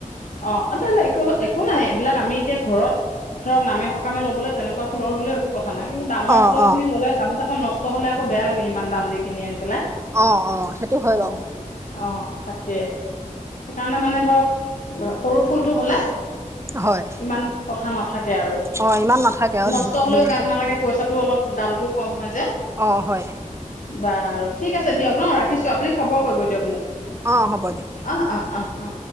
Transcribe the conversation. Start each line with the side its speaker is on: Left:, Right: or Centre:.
Left: অ অ তেনে একো একো নাই এইবিলাক আমি এতিয়া ঘৰত ধৰক নামে সকামে ল'বলৈ তেনেকুৱা ফুলৰ হলেও একো কথা নাই কিন্তু ডাঙৰ
Right: অ
Left: ফুল
Right: অ
Left: খিনি ল'লে গামোাখন নষ্ট নহ'লে আক বেয়া লাগে ইমান দাম কিনি আনি পেলাই
Right: অ অ সেইটো হয়
Left: অ
Right: বাৰু
Left: অ তাকে সেইকাৰণে মানে ধৰক সৰু ফুলটো হলে
Right: হয়
Left: ইমান কথা নাথাকে তে আৰু
Right: অ ইমান নাথাকে আৰু
Left: নষ্ট হলেও
Right: ধুনীয়াকে
Left: গাত নালাগে পইচাটো অলপ দামটোও কম হয় যে
Right: অ হয়
Left: বাৰু ঠিক আছে দিয়ক ন ৰাখিছো আপুনি খবৰ কৰিব দিয়ক মোক
Right: অ হ'ব দিয়ক
Left: অ', অ', অ', অ